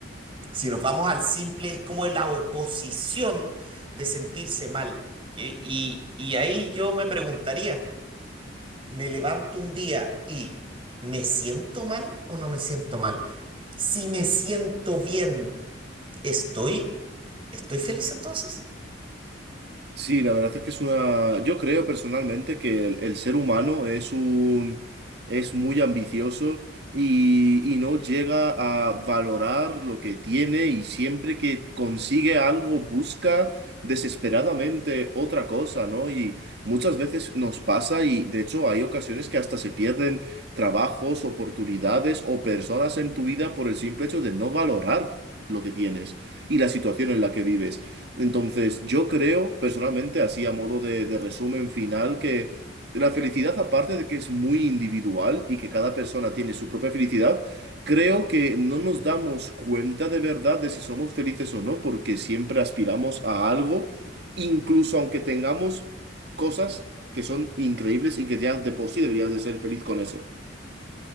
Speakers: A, on the right; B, on the right.
A: si nos vamos al simple, es como la oposición de sentirse mal. y y- y ahí yo me preguntaría me levanto un día y ¿me siento mal o no me siento mal? Si me siento bien, ¿estoy, estoy feliz entonces?
B: Sí, la verdad es que es una. Yo creo personalmente que el, el ser humano es un. es muy ambicioso y, y no llega a valorar lo que tiene y siempre que consigue algo busca desesperadamente otra cosa, ¿no? Y muchas veces nos pasa y de hecho hay ocasiones que hasta se pierden trabajos, oportunidades o personas en tu vida por el simple hecho de no valorar lo que tienes y la situación en la que vives. Entonces, yo creo, personalmente, así a modo de, de resumen final, que la felicidad, aparte de que es muy individual y que cada persona tiene su propia felicidad, creo que no nos damos cuenta de verdad de si somos felices o no, porque siempre aspiramos a algo, incluso aunque tengamos cosas que son increíbles y que ya de por sí deberías de ser feliz con eso.